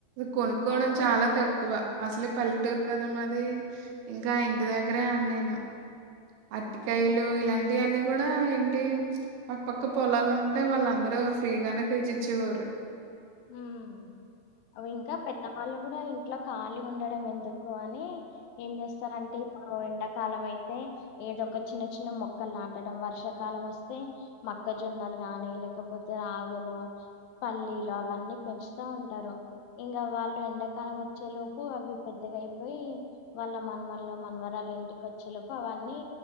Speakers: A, on the right; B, on the left.
A: కొనుక్కోవడం
B: అవునవును.
A: చాలా తక్కువ అసలే పల్లెటూర్ కదా మాదీ ఇంకా
B: హ్మ్.
A: ఇంటి దగ్గరే అన్నీను. అట్టికాయలు ఇలాంటియన్నీ కూడా ఏంటి పక్క పక్క పొలాలుంటే వాళ్ళందరూ ఫ్రీగానే తెచ్చిచ్చేవారు.
B: ఉమ్ అవింక పెద్ద వాళ్ళు గుడా ఇంట్లో ఖాళీ ఉండడం ఎందుకు అనీ ఏం చేస్తరంటే ఇప్పుడు ఎండాకాలం అయితే ఏదొక చిన్న చిన్న మొక్కల్ నాటడం వర్షాకాలం వస్తే మక్కజొన్నలు గానీ లేకపోతే రావులు, పల్లీల వన్నీ పెంచుతా ఉంటారు. ఇంకా వాళ్ళు ఎండాకాలం వచ్చేలోపు అవి పెద్దగైపోయి వాళ్ళ మన్మన్లో మన్మరాల్ ఇంటికొచ్చే లోపు అవన్నీ